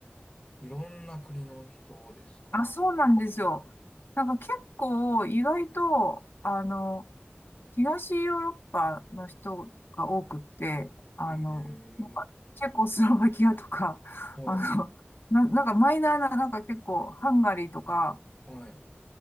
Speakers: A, on the left; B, on the left.
A: いろんな国の人ですか
B: あ、そうなんですよ。
A: うん。
B: なんか結構意外と、あの、東ヨーロッパの人が多くって、あの、
A: へえ、
B: なんかチェコスロバキアとか、
A: はい。
B: あの、な、なんかマイナーな、なんか結構ハンガリーとか、
A: はい。